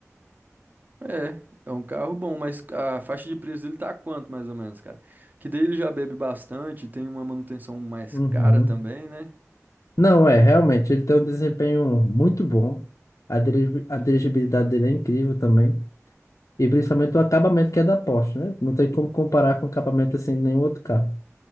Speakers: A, on the right; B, on the left.
A: É, é um carro bom, mas a faixa de preço dele tá quanto mais ou menos, cara? Que daí ele já bebe bastante, tem uma manutenção mais
B: Uhum.
A: cara também, né?
B: Não, é, realmente, ele tem um desempenho muito bom. A dirigi- a dirigibilidade dele é incrível também. E principalmente o acabamento que é da Porsche, né? Não tem como comparar com o acabamento assim de nenhum outro carro.